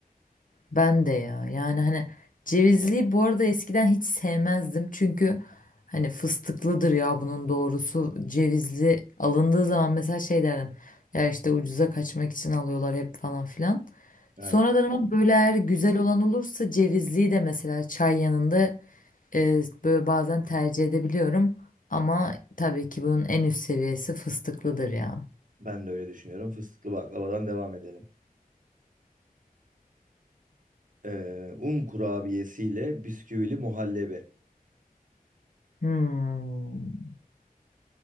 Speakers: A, on the left (about 60°); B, on the right (about 60°).
A: Ben de ya. Yani hani cevizli bu arada eskiden hiç sevmezdim. Çünkü hani fıstıklıdır ya bunun doğrusu. Cevizli alındığı zaman mesela şey derdim. Ya işte ucuza kaçmak için alıyorlar hep falan filan.
B: Aynen.
A: Sonradan ama böyle eğer güzel olan olursa cevizliyi de mesela çay yanında e, böyle bazen tercih edebiliyorum ama tabii ki bunun en üst seviyesi fıstıklıdır ya.
B: Ben de öyle düşünüyorum. Fıstıklı baklavadan devam edelim. Ee, un kurabiyesiyle bisküvili muhallebi.
A: Hmm.